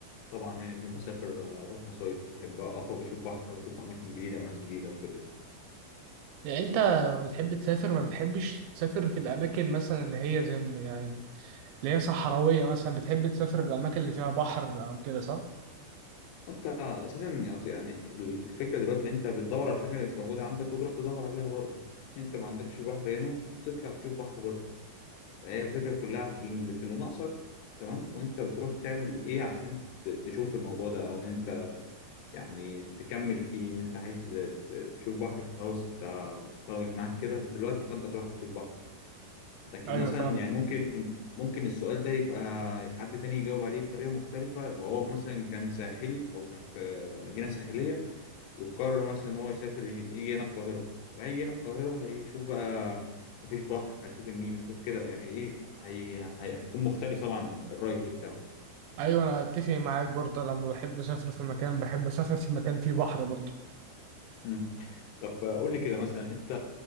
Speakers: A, on the left; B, on the right.
A: طبعا يعني بحب اسافر آه، اروح مصايف وبحب اخرج اشوف بحر واشوف اماكن جديده وناس جديده وكده
B: يعني انت ما بتحب تسافر ما بتحبش تسافر في الاماكن مثلا اللي هي زي ما- يعني اللي هي صحراويه مثلا بتحب تسافر الاماكن اللي فيها بحر او كده صح
A: انت اساسا يعط- يعني الفكره دلوقتي ان انت بتدور على حاجه اللي مش موجوده عندك وتروح تدور عليها بره انت ما عندكش بحر هنا فبتطلع تشوف بحر بره فهي الفكره كلها في اللي في اللي ناقصك تمام وانت بتروح تعمل ايه عشان ت- تشوف الموضوع ده او ان انت يعني تكمل فيه ان انت عايز ت- تشوف بحر فخلاص ط- طلبت معاك كده دلوقتي فانت تروح تشوف بحر لكن
B: ايوه
A: مثلا
B: فاهمك
A: يعني ممكن ممكن السؤال ده يبقى حد تاني يجاوب عليه بطريقة مختلفة لو هو مثلا كان ساحلي أو كان في مدينة ساحلية وقرر مثلا إن هو يسافر يجي هنا القاهرة فهيجي هنا القاهرة هيشوف بقى مفيش بحر هيشوف النيل هيشوف كده يعني إيه هي... هي... هيكون مختلف طبعا الرأي بتاعه
B: ايوه انا اتفق معاك برضه لما بحب اسافر في مكان بحب اسافر في مكان فيه بحر برضه
A: مم. طب قول لي كده مثلا أنت